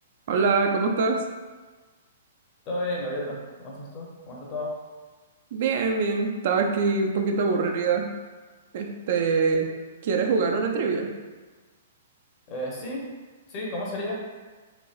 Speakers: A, on the right (about 55°); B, on the left (about 35°).
A: Hola, ¿cómo estás?
B: Todo bien, Gaviota. ¿Cómo estás tú? ¿Cómo está todo?
A: Bien, bien. Estaba aquí un poquito aburrida. Este, ¿quieres jugar una trivia?
B: Eh, sí, sí, ¿cómo sería?